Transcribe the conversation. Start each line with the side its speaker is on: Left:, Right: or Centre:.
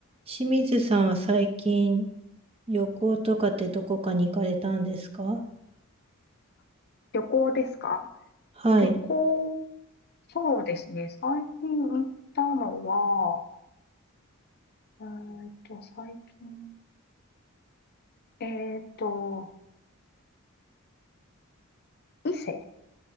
Right: 清水さんは最近旅行とかってどこかに行かれたんですか
Left: 旅行ですか
Right: はい。
Left: 旅行、そうですね。最近行ったのは、えーっと、最近、えーっと、伊勢、